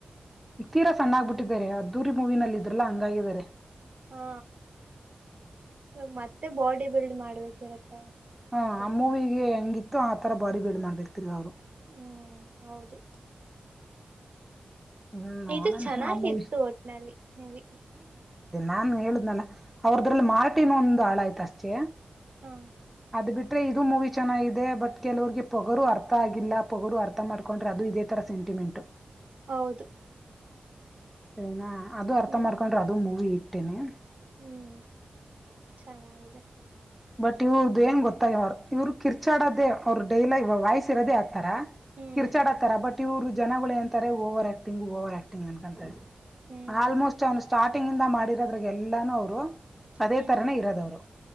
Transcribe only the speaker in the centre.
ಈ ತೀರಾ ಸಣ್ಣ ಆಗ್ಬಿಟ್ ಟ್ಟಿದ್ದಾರೆ ಅದ್ದೂರಿ ಮೂವಿನಲ್ಲಿ ಇದ್ರಲ್ಲ ಹಂಗಾಗಿದ್ದಾರೆ
ಹಾ
ಮೂವಿಗೆ ಹೆಂಗಿತ್ತು ಆ ತರ ಬಾಡಿ ಬಿಲ್ಡ್ ಮಾಡಿ ಬಿಡ್ತ್ ದ ಅವರು
ಹ್ಮ್ ನೋಡೋಣ
ಆ ಮೂವಿ
ನಾನು ಹೇಳುದ್ನ ಅವ್ರದ್ರಲ್ಲಿ ಮಾರಟಿನ ಒಂದು ಹಾಳ ಆಯ್ತು ಅಷ್ಟೇ
ಅದು ಬಿಟ್ರೆ ಇದು ಮೂವಿ ಚೆನ್ನಾಗಿದೆ ಬಟ್ ಕೆಲವರಿಗೆ ಪೊಗರು ಅರ್ಥ ಆಗಿಲ್ಲ ಪೊಗರು ಅರ್ಥ ಮಾಡ್ಕೊಂಡ್ರೆ ಅದು ಇದೇ ತರ ಸೆಂಟಿಮೆಂಟ್.
<unintelligible> ಅದು ಅರ್ಥ
ಮಾಡ್ಕೊಂಡ್ರೆ ಅದು ಮೂವಿ ಇ <unintelligible>
ಬಟ್ ಇವ್ರದು ಏನ್ ಗೊತ್ತಾಯ ಇವರು ಕಿರ್ಚಾಡೋದೇ ಅವರು ಡೈಲಾಗ್ ವಾಯ್ಸ್ ಇರೋದೇ ತರ
ಕಿರ್ಚಾಡ ತರ ಬಟ್, ಇರು ಜನಗಳಂತಾರೆ over act thing over acting ಅನ್ಕೋತಾರೆ
ಆಲ್ಮೋಸ್ಟ್ ಅವನು ಸ್ಟಾರ್ಟ್ ಕಟಿಂಗ್ ಇಂದ ಮಾಡಿರೋದ್ರಾಗ ಎಲ್ಲಾನು ಅವರು ಅದೇ
ತರನೇ ಇರೋದವರು